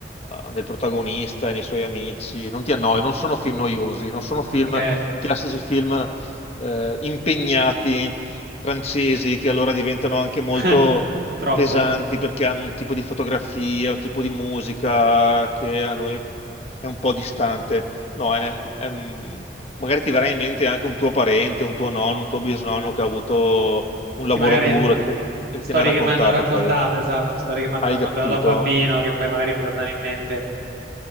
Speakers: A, on the left; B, on the right.
A: eh, nel protagonista e nei suoi amici. Non ti annoi, non sono film noiosi, non sono film,
B: Ok,
A: i classici film eh, impegnati francesi che allora diventano anche molto
B: <laughs> troppo.
A: pesanti perché hanno un tipo di fotografia, un tipo di musica che a noi è un po' distante. No, è- è un- magari ti verrà in mente anche un tuo parente, un tuo nonno, un tuo bisnonno che ha avuto un
B: Sì,
A: lavoro
B: magari
A: duro che te- e
B: storie
A: che te ne ha raccontato,
B: che mi hanno raccontato,
A: sai?
B: esatto, storie che mi hanno
A: Hai
B: raccontato
A: capito?
B: da bambino, che poi magari mi tornano in mente.